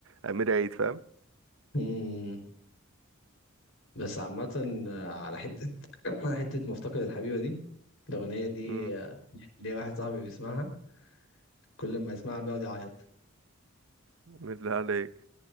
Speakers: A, on the right (about 70°); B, on the left (about 75°).
A: امير عيد فاهم
B: امم بس عامه آه، على حته <coughs> <clears throat> على حته مفتقد الحبيبه دي الاغنيه دي
A: امم
B: آه، ليا واحد صاحبي بيسمعها كل ما يسمعها بيقعد يعيط
A: بالله عليك